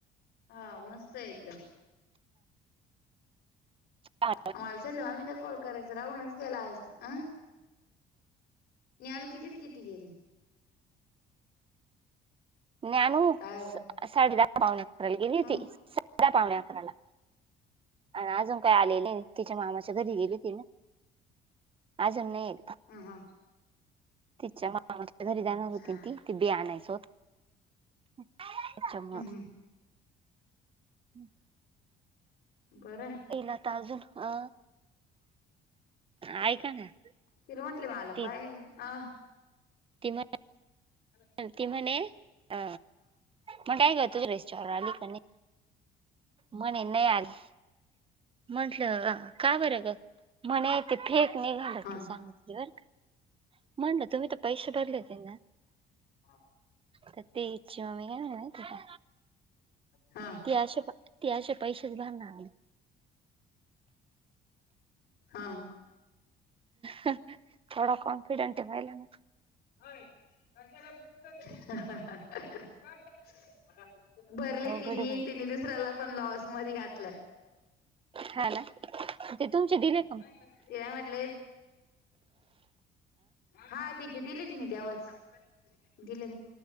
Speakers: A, on the left; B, on the right.
A: हा मस्त आहे एकदम.
B: खा
A: मला संध्या मामीना कॉल करायच राहूनच गेला आज अं. ज्ञानू कितीत किती गेली?
B: ज्ञानू
A: काय हो
B: साडेदहा पावणे अकराला गेली होती.
A: ह
B: साडेदहा पावणे अकराला आणि अजून काही आली नाही तिच्या मामा घरी गेली ती ना आजून नाही.
A: हम्म हम्म.
B: तिच्या मामाच्या घरी जाणार
A: अच्छा
B: होती ती. ती बी आणायच होत. अच्छ
A: हम्
B: म
A: हम्
B: हम्.
A: बरं आहे.
B: येला तर अजून अ ऐका ना.
A: तिर म्हटली मला
B: ती
A: पाय अ
B: ती म्हण
A: अ.
B: ते म्हने अ म्हटाय गतोच रेस्टॉर अलीकणे म्हणे नाही आले. म्हंटलं का बरं ग? म्हण ते फेक निघाल
A: हा हा
B: ती सांग बर का म्हणलं तुम्ही तर पैसे भरले होते ना.
A: हा.
B: तेजस ची मम्मी काय म्हणे माहिती का
A: हा
B: ती अशा ते असे पैसेच भरणार.
A: हा.
B: केवढा कॉन्फिडेंट आहे पाहिलं?
A: हा हा. भरले
B: अवघड
A: तिने
B: आहे बाई
A: तिने दुसऱ्याला पण लॉस मध्ये घातलं.
B: हा ना ते तुमचे दिने
A: तिला म्हटले. हा तिचे दिले तिनी तेव्हाच. दिले.